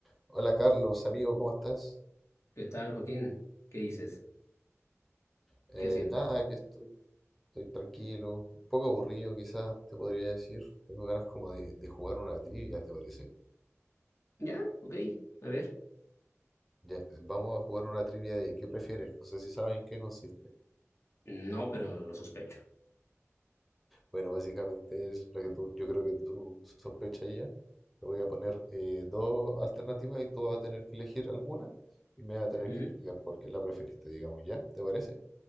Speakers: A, in the centre; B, on the left.
A: Hola Carlos, amigo, ¿cómo estás?
B: ¿Qué tal, Joaquín? ¿Qué dices?
A: Eh,
B: ¿Qué haciendo?
A: nada, aquí estoy, estoy tranquilo, un poco aburrido quizás, te podría decir. Tengo ganas como de, de jugar una trivia, ¿te parece?
B: Ya, ok. A ver.
A: Ya, vamos a jugar una trivia de qué prefieres, no sé si saben en qué consiste.
B: No, pero lo sospecho.
A: Bueno, básicamente es lo que tú, yo creo que tú sospechas ya. Te voy a poner eh, dos alternativas y tú vas a tener que elegir alguna y me vas a tener
B: Ujú.
A: que explicar por qué la preferiste, digamos, ¿ya? ¿Te parece?